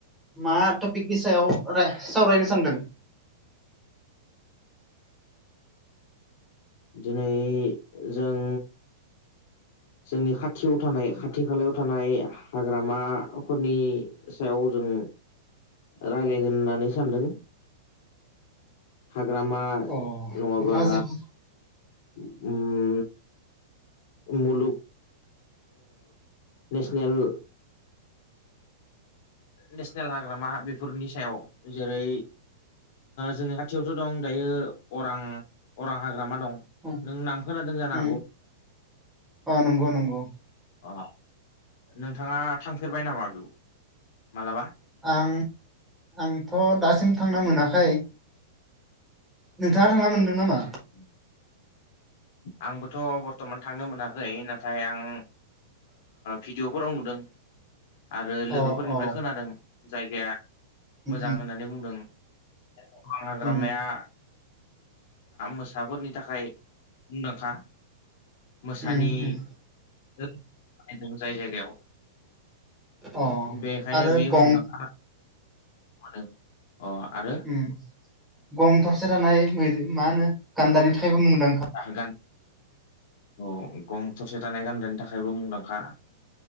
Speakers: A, in the centre; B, on the left (about 45°).
A: मा टपिकनि सायाव रा सावरायनो सानदों?
B: दिनै जों जोंनि खाथियाव थानाय खाथि खालायाव थानाय हाग्रामाफोरनि सायाव जों रायलायगोन होननानै सानदों हाग्रामा
A: अ नोंथाङा
B: नङाबा
A: जो
B: उम। मुलुग नेसनेल नेसनेल हाग्रामा बेफोरनि सायाव जेरै जोंनि खाथियावथ दं दायो अरां अरां हाग्रामा दं।
A: उम
B: नों नाम खोनादों जानो हागौ।
A: उम अ नंगौ नंगौ
B: अ नोंथाङा थांफेरबाय नामा बेयाव मालाबा
A: आं आंथ दासिम थांना मोनाखै। नोंथाङा थांना मोन्दों नामा?
B: <inaudible> आंबोथ बर्थमान थांनो मोनाखै नाथाय आं भिडिअफोराव नुदों। आरो लोगोफोरनिफ्राय
A: अ अ
B: खोनादों जायगाया
A: उम
B: मोजां होननानै बुंदों। अरां हाग्रामाया
A: उम
B: मोसाफोरनि थाखाय मुंदांखा मोसानि
A: उम उम
B: दं जाय जायगायाव
A: अ
B: बेखायनो
A: आरो
B: बेयो
A: गं
B: मुंदांखा अ आरो
A: ओम गं थरसे थानाय मा होनो गान्दानि थाखायबो मुंदांखा
B: ज गान औ गं थरसे थानाय गान्दानि थाखायबो मुंदांखा